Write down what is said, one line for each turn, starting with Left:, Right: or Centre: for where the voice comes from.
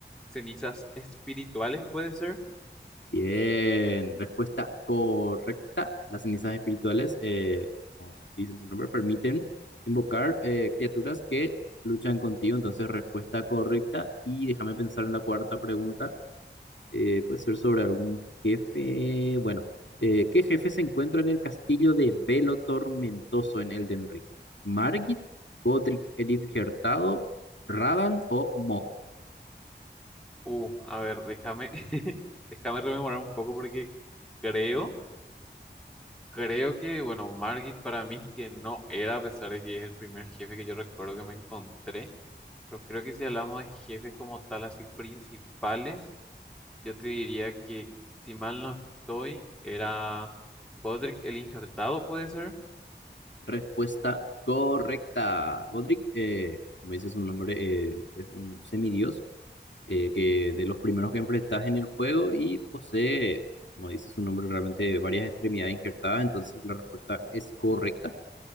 Centre: cenizas espirituales, ¿puede ser?
Left: Bien, respuesta correcta. Las cenizas espirituales, eh, como dicen su nombre, permiten invocar eh, criaturas que luchan contigo. Entonces, respuesta correcta. Y déjame pensar en la cuarta pregunta. Eh, puede ser sobre algún jefe. Bueno, eh, ¿qué jefe se encuentra en el castillo de Velo Tormentoso en Elden Ring? ¿Margit, Godric el Irgertado, Radan o Mok?
Centre: Uh, a ver, déjame, <laughs> déjame rememorar un poco porque creo. Creo que, bueno, Margit para mí que no era, a pesar de que es el primer jefe que yo recuerdo que me encontré, pero creo que si hablamos de jefes como tal, así principales, yo te diría que, si mal no estoy, era Godric el Injertado, ¿puede ser?
Left: Respuesta correcta. Godric, eh, como dices un nombre, eh, es un semidios eh, que de los primeros que enfrentas en el juego y posee, como dice su nombre, realmente varias extremidades injertadas. Entonces la respuesta es correcta.